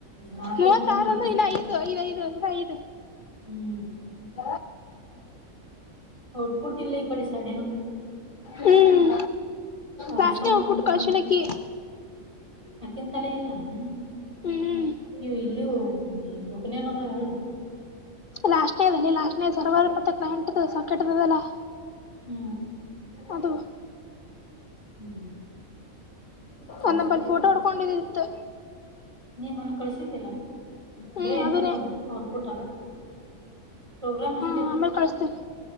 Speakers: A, on the right (about 20°); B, on the left (about 45°).
A: ನಕೇ
B: ಮೂವತ್ತಾರ
A: ಅನ್ಕೊಂಡು ನ
B: ಅಂದ್ರೆ
A: ಖುಷಿಪಟ್ಟಿದ್ದು
B: ಇನ್ನ ಐದು ಐದ್ ಐದು ಇನ್ನ ಐದು
A: ಹ್ಮ್
B: <inaudible>
A: ಔಟ್ಪುಟ್ ಇಲ್ಲ ಈ ಕಡಿ ಸೈಡ್ ಏನಕ
B: ಹ್ಮ್
A: ಅದರ
B: ದಾಶನೆ
A: ಸಂಬಂಧ
B: ಹಡ್ಬಿಟ್ಟು
A: ಅನ್ಕೊಂಡಿರ್ಬೇಕು
B: ಕಳ್ಶಲಕ್ಕೆ
A: ಅಕಿನ್ ತಲೆ ಇಲ್ಲ ಹ
B: ಹ್ಮ್
A: ನೀವು ಇಲ್ಲಯೂ ಹ್ಮ ಬುಕನಿಯಡವೋ ಹೇಳು
B: ಲಾಸ್ಟ್ನೇ ಅದಲ್ಲಿ ಲಾಸ್ಟ್ನೇ ಸರ್ವರ್ ಮತ್ತೆ ಕ್ಂಟ್ ಸಕಟದಲ್ಲಾ
A: ಹ್ಮ್
B: ಅದು
A: ಹ್ಮ್ ಚಾರ್ಜ್
B: ಒಂದಪಲ್
A: ಬಿಟ್ಟಿ
B: ಫೋಟೋ
A: ಕೊಡುತ್ತೆ
B: ಹೊಡ್ಕೊಂಡಿದಿತ್ತು
A: ನೀನ್ ನಾನ ಕಳಿಸಿದ್ದಿಲ್ಲ
B: ಹ್ಮ್
A: ಬರೇ ಇನ್ಪುಟ್
B: ಅದನ್ನೇ
A: ಅದು ಔಟ್ಪುಟ್ ಅಲ್ಲ ಪ್ರೋಗ್ರಾಮ್ ಅಷ್ಟೇ
B: ಹ್ಮ್
A: ಅದು
B: ಆಮೇಲೆ ಕಳಸ್ತೇವಿ